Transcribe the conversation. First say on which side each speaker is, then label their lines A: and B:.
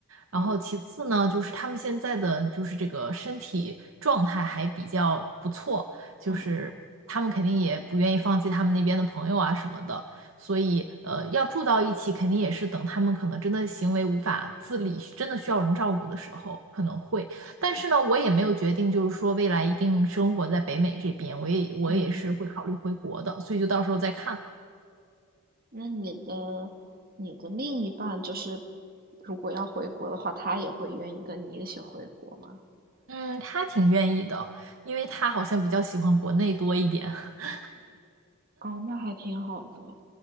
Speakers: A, on the right; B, on the right.
A: 然后其次呢，
B: 嗯
A: 就是他们现在的就是这个身体状态还比较不错，就是他们肯定也不愿意放弃他们那边的朋友啊什么的，
B: 嗯
A: 所以呃，要住到一起，肯定也是等他们可能真的行为无法自理，真的需要人照顾的时候可能会。但是呢，我也没有决定，就是说未来一定生活在北美这边，我也我也是会考虑回国的，
B: 嗯嗯。
A: 所以就到时候再看。
B: 那你的你的另一半就是，如果要回国的话，他也会愿意跟你一起回国吗？
A: 嗯，他挺愿意的，因为他好像比较喜欢国内多一点。<laughs>
B: 哦，那还挺好的。